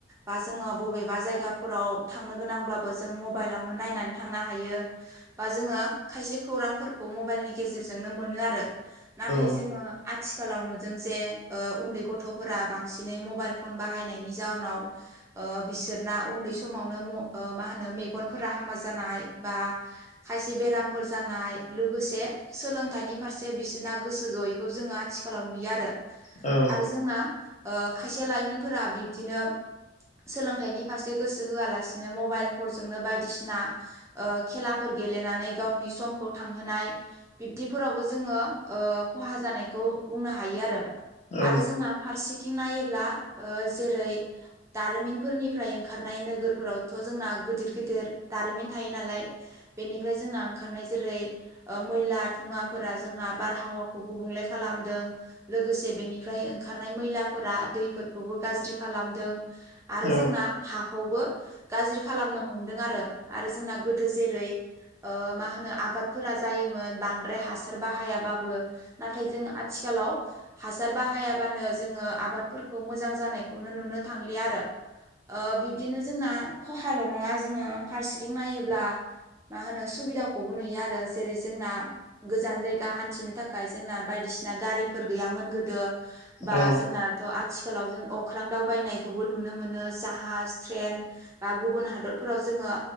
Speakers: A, on the right (about 15°); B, on the left (about 40°).
A: बा जोङो बबेबा जायगाफोराव थांनो गोनांब्लाबो जों मबाइलावनो नायनानै थांनो हायो। बा जोङो खायसे खौरांफोरखौ मबाइलनि गेजेरजोंनो मोनो आरो नाथाय
B: औ
A: जोङो आथिखालाव नुदों जे ओ उन्दै गथ'फोरा बांसिनै मबाइल फन बाहायनायनि जाउनाव ओ बिसोरना उन्दै समावनो म ओ मा होनो मेगनफोरा हामा जानाय बा खायसे बेरामफोर जानाय लोगोसे सोलोंथाइनि फारसे बिसोरना गोसो जयैखौ जोङो आथिखालाव नुयो आरो
B: औ
A: आरो जोंना ओ खायसे लाइमोनफोरा बिब्दिनो सोलोंथाइनि फारसे गोसो होआलासिनो मबाइलफोरजोंनो बायदिसिना ओ खेलाफोर गेलेनानै गावनि समखौ थांहोनाय बिब्दिफोरावबो जोङो खहा जानायखौ बुंनो हायो आरो
B: औ
A: आरो जोंना फारसेथिं नायोब्ला ओ जेरै दारिमिनफोरनिफ्राय ओंखारनाय नोगोरफोरावथ' जोंना गिदिर गिदिर दारिमिन थायो नालाय बेनिफ्राय जोंना ओंखारनाय जेरै ओ मैला धुङाफोरा जोंना बारहावाखौ गुबुंले खालामदों लोगोसे बेनिफ्राय ओंखारनाय मैलाफोरा दैफोरखौबो गाज्रि खालामदों आरो
B: औ
A: जोंना हाखौबो गाज्रि खालामनो हमदों आरो आरो जोंना गोदो जेरै ओ मा होनो आबादफोरा जायोमोन बां <unintelligible> द्राय हासार बाहायाबाबो नाथाय जों आथिखालाव हासार बाहायाबानो जोङो आबादफोरखौ मोजां जानायखौनो नुनो थांलिया आरो ओ बिब्दिनो जोंना खहाल' नङा जोङो फारसेथिं नायोब्ला मा होनो सुबिदाखौबो नुयो आरो जेरै जोंना गोजान जायगा हान्थिनो थाखाय जोंना बायदिसिना गारिफोर गैयामोन गोदो बा
B: औ
A: जोंना थ' आथिखालाव जों अंख्रां दावबायनायखौबो नुनो मोनो जाहाज ट्रेन बा गुबुन हादरफोराव जोङो